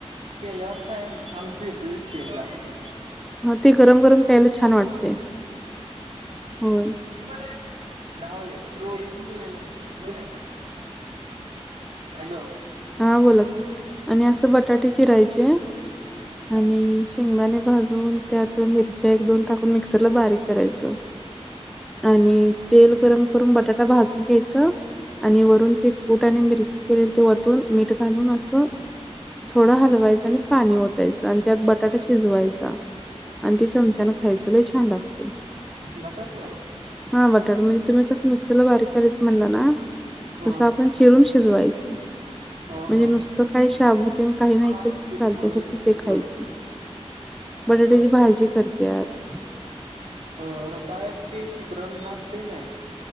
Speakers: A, on the right; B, in the centre.
A: केल्यावर काय आमी पेतोयच ते जास्त
B: हा ते गरम, गरम प्यायला छान वाटते होय
A: कितीवाले आहेत धावाले खरं ओरिजनल नाही ना दोनच आहेत हॅलो
B: हा बोला की आणि असं बटाटे चिरायचे आणि शेंगदाणे भाजून त्यात मिरच्या एक, दोन टाकून मिक्सरला बारीक करायच आणि तेल गरम करून बटाटा भाजून घ्यायचं आणि वरून ते कुट आणि मिरची केलेली ते वतून मीठ घालून असं थोडं हलवायचं आणि पाणी ओतायच आणि त्यात बटाटा शिजवायचा आणि ती चमचान खायच लई छान लागते
A: बटाटो
B: हा बटाटा म्हणजे तुम्ही कसं मिक्सरला बारीक करायच म्हणला ना
A: ह
B: तसं आपण चिरून शिजवायच
A: हो हो
B: म्हणजे नुसतं काही शबुतेन काही नाही
A: हा
B: केल तर
A: ते चांगलं
B: चालते फक्त ते
A: होय
B: खायच बटाट्याची
A: पर
B: भाजी करत्यात
A: तर कायच ते शिखरण आसत नाही